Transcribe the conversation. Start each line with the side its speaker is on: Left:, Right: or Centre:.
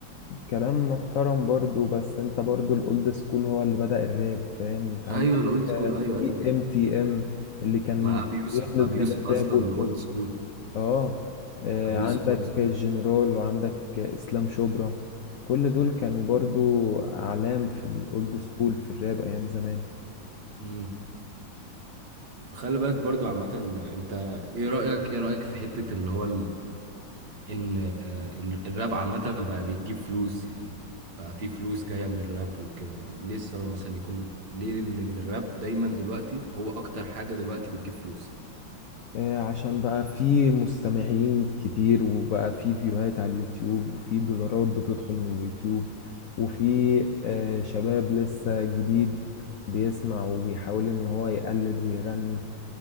Left: كلام محترم برضو بس انت برضو الاولد سكول هو اللي بدأ الراب فاهم انت عندك
Right: ايوه الاولد سكول
Left: آه،
Right: ايوه
Left: فريق
Right: ايوه
Left: ام تي ام اللي كان
Right: مع ابي يوسف
Left: بيخلط
Right: ابي
Left: بين
Right: يوسف
Left: الراب
Right: اصلا
Left: والبوب
Right: اولد سكول
Left: اه آه،
Right: ابي
Left: عندك
Right: يوسف اولد سكول
Left: جنرال وعندك اسلام شبرا كل دول كانوا برضو اعلام في الاولد سكول في الراب ايام زمان
Right: امم خلي بالك برضو عامة انت ايه رأيك ايه رأيك في حتة اللي هو ان آه، ال- الراب عامة بقى بيجيب فلوس يعني بقى في فلوس جاية من الراب وكده ليه السبب مثلا يكون ليه لأن الراب دايما دلوقتي هو أكتر حاجة دلوقتي بتجيب فلوس
Left: آه، عشان بقى في مستمعين كتير وبقى في فيوهات على اليوتيوب وفي دولارات بتدخل من اليوتيوب وفي آه، شباب لسه جديد بيسمع وبيحاول ان هو يقلد ويغني